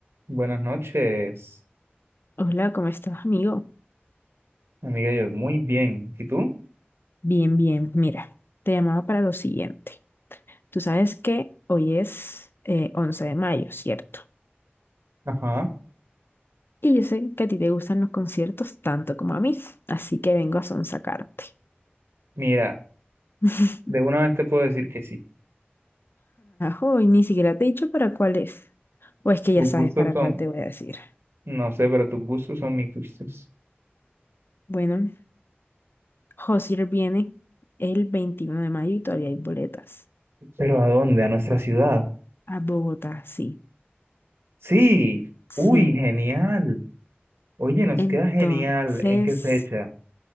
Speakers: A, on the right; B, on the left.
A: Buenas noches,
B: Hola, ¿cómo estás, amigo?
A: amiga. Yo muy bien. ¿Y tú?
B: Bien, bien. Mira, te llamaba para lo siguiente. Tú sabes que hoy es eh, 11 de mayo, ¿cierto?
A: Ajá.
B: Y yo sé que a ti te gustan los conciertos tanto como a mí, así que vengo a sonsacarte.
A: Mira,
B: <laughs>
A: de una vez te puedo decir que sí.
B: Hoy ni siquiera te he dicho para cuál es. O es que
A: Tus
B: ya sabes
A: gustos
B: para
A: son,
B: cuál te voy a decir.
A: no sé, pero tus gustos son mis gustos.
B: Bueno, Josier viene el 21 de mayo y todavía hay boletas.
A: ¿Pero a dónde? ¿A nuestra ciudad?
B: A Bogotá, sí.
A: Sí.
B: Sí.
A: Uy, genial. Oye, nos
B: Entonces...
A: queda genial. ¿En qué fecha?